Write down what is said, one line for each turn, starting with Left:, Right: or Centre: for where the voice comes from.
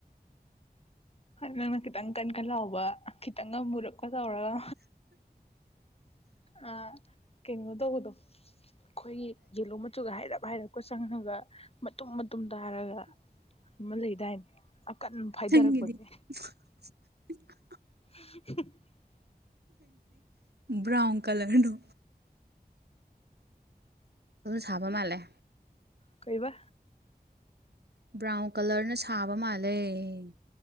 Left: ꯅꯅ ꯈꯤꯇꯪ ꯀꯟꯀꯜꯂꯥꯎꯕ ꯈꯤꯇꯪ ꯉ ꯄꯨꯔꯛꯄ ꯇꯧꯔꯒ ꯑ ꯀꯩꯅꯣ ꯇꯧꯕꯗꯣ ꯑꯩꯈꯣꯏꯒꯤ ꯌꯦꯜꯂꯣ ꯃꯆꯨꯒ ꯍꯥꯏꯔꯞ ꯍꯥꯏꯔꯞꯄ ꯆꯪꯉꯒ ꯃꯇꯨꯝ ꯇꯨꯝ ꯇꯔꯒ ꯑꯃ ꯂꯩꯗꯥꯏꯅꯤ ꯑꯀꯟ ꯐꯥꯏꯊꯔꯛꯄꯒꯤ
Right: ꯅꯪꯒꯤꯗꯤ <unintelligible>
Left: <unintelligible>
Right: ꯭ꯔꯥꯎꯟ ꯀꯂꯔ ꯅ ꯑꯗꯨ ꯆꯕ ꯃꯥ ꯂꯩꯦ
Left: ꯀꯕꯥ
Right: ꯕ꯭ꯔꯥꯎꯟ ꯀꯂꯔꯅ ꯁꯥꯕ ꯃꯥꯜꯂꯦ